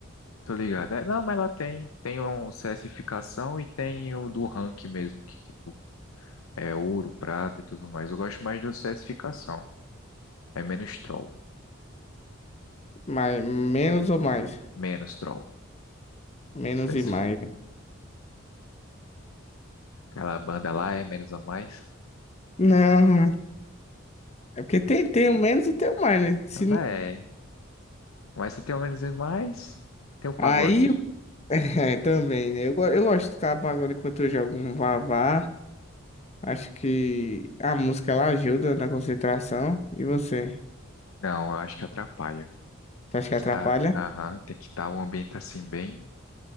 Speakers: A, on the left; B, on the left.
A: Tô ligado. É, Não, mas ela tem. Tem um CSificação e tem o do rank mesmo, que tipo é ouro, prata e tudo mais. Eu gosto mais do CSificação. É menos troll.
B: mas menos ou mais,
A: Menos troll.
B: menos
A: CS.
B: e mais. né?
A: Aquela banda lá é menos ou mais.
B: Não, é porque tem, tem o menos e tem o mais, né? Se,
A: Ela
B: não-
A: é. Mas se tem o menos e mais, tem o pagodinho.
B: aí É, também, né? Eu, go- eu gosto de escutar pagode enquanto eu jogo um vavá. Acho que a música ela ajuda na concentração. E você?
A: Não, eu acho que atrapalha.
B: Você acha
A: Tem
B: que
A: que
B: atrapalha?
A: tá, aham, tem que estar tá um ambiente assim bem